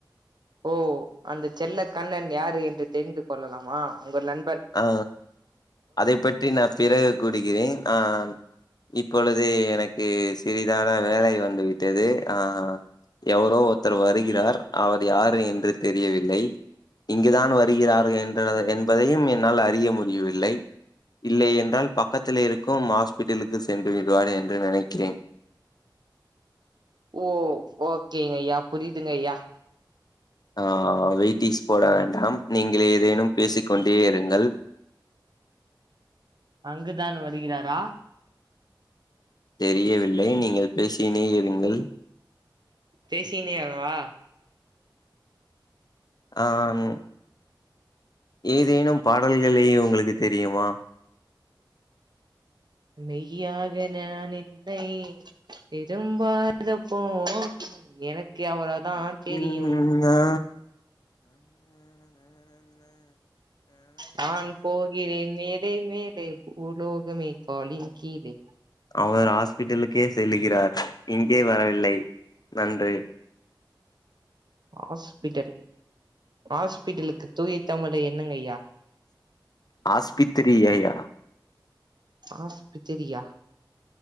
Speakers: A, on the right (about 60°); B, on the left (about 55°).
A: ஓ அந்த செல்ல கண்ணன் யாரு என்று தெரிந்து கொள்ளலாமா அங்க ஒரு நண்பர்
B: ஆ அதை பற்றி நா பிறகு கூறுகிறேன் அ ஆ இப்பொழுதே எனக்கு சிறிதான வேலை வந்து விட்டது ஆ ஹா எவரோ ஒருத்தர் வருகிறார் அவர் யார் என்று தெரியவில்லை இங்குதான் வருகிறார்கள் என்றதை என்பதையும் என்னால் அறிய முடியவில்லை இல்லை என்றால் பக்கத்துல இருக்கும் ஹாஸ்பிட்டலுக்கு சென்று விடுவார் என்று நெனக்கிறேன்
A: ஓ ஓகேங்க ஐயா புரியுதுங்க ஐயா
B: ஆ ஆ வெட்டீஸ் போட வேண்டாம் நீங்க களே ஏதேனும் பேசிக் கொண்டே இருங்கள்
A: அங்குதான் வருகிறாரா
B: தெரியவில்லை நீங்கள் பேசிக்கினே இருங்கள்
A: பேசிக்னே வா
B: ஆ ஆ ம் ஏதேனும் பாடல்களே உங்களுக்கு தெரியுமா
A: மெய்யாக நான் என்னை திரும்பாத போ து எனக்கு அவ்வளோதா தெரியும்
B: ம் ஆ
A: நான் போகிறேன் மேலே மேலே பூலோகமே காலின் கீழே
B: அவர் ஹாஸ்பிட்டலுக்கே செல்கிறார் இங்கே வரவில்லை நன்று
A: ஹாஸ்பிட்டல் ஹாஸ்பிட்டலுக்கு தூய தமிழ்ல என்னங்க ஐயா
B: ஹாஸ்பித்திரி ஐயா
A: ஆஸ் பித்தரியா